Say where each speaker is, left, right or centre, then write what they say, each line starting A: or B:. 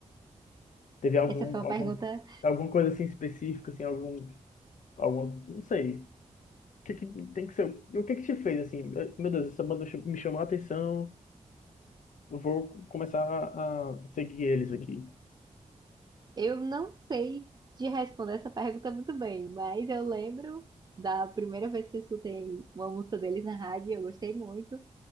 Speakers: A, on the left (about 75°); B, on the right (about 35°).
A: Teve algum,
B: Essa foi uma
A: algum,
B: pergunta.
A: alguma coisa assim específica, assim, algum, algum, não sei. O que que tem que ser? E o que que te fez assim? eh, Meu Deus, essa banda ch- me chamou a atenção. Eu vou começar a, a seguir eles aqui.
B: Eu não sei de responder essa pergunta muito bem, mas eu lembro da primeira vez que eu escutei uma música deles na rádio, eu gostei muito.